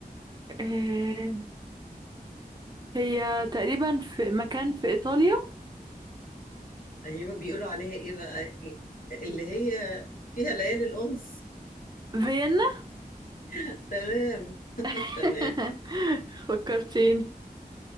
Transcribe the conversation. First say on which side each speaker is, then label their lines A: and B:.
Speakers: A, on the right; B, on the left.
A: إيه هي تقريبا في مكان في ايطاليا
B: ايوه بيقولوا عليها ايه بقى إيه- اللي هي فيها ليالي الانس
A: فيينا
B: <laughs> تمام <laughs>
A: <laughs>
B: تمام
A: فكرتيني